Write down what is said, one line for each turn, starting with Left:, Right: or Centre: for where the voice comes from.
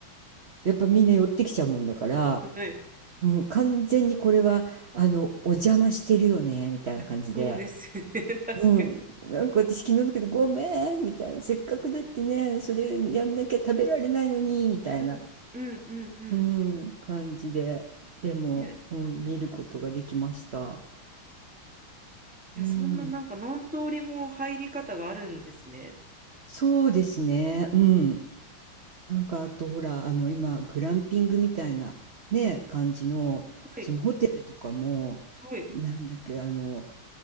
Right: やっぱみんな寄ってきちゃうもんだから、
Centre: はい。
Right: うん、完全にこれは、あの、お邪魔してるよね、みたいな感じで。
Centre: いや、そうですよね、<laughs> 確かに。
Right: うん、なんか私昨日だけど「ごめん」みたいな「せっかくだってねそれやんなきゃ食べられないのに」みたいな、
Centre: うん、うん、うん、うん。
Right: うん、感じででも、
Centre: いや、
Right: うん、
Centre: うん
Right: 見ることができました。
Centre: いや、
Right: うん、
Centre: そんななんか何通りも入り方があるんですね。
Right: そうですね、うん、なんかあとほらあの今グランピングみたいなね感じのそのホテルとかも
Centre: はい、はい。
Right: なんだっけあの